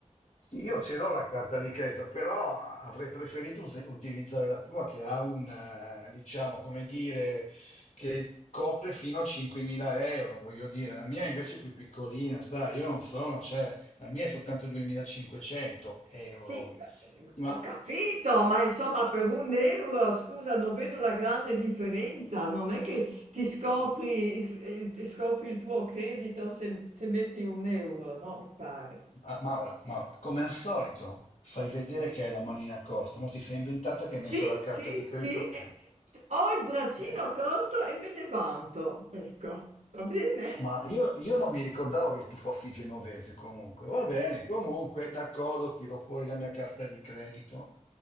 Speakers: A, on the left; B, on the right.
A: Sì, io ce l'ho la carta di credito, però avrei preferito us- utilizzare la tua che ha un, eh, diciamo, come dire, che copre fino a 5.000 euro, voglio dire. La mia invece è più piccolina, sai, io non sono, cioè, la mia è soltanto 2.500 euro.
B: Sì, beh,
A: Sì, ma,
B: ho capito, ma insomma per un euro, scusa, non vedo la grande differenza. Non è che ti scopri, s- il- scopri il tuo credito se, se metti un euro, no? Mi pare.
A: ma- Maura, Maura, come al solito, fai vedere che hai la manina corta, ma ti sei inventata che hai
B: Sì,
A: messo la carta
B: sì,
A: di credito?
B: sì, eh,
A: Eh.
B: ho il braccino
A: Eh.
B: corto e me ne vanto. Ecco, va bene?
A: Ma io, io non mi ricordavo che tu fossi genovese comunque. Va bene, comunque, d'accordo, tiro fuori la mia carta di credito.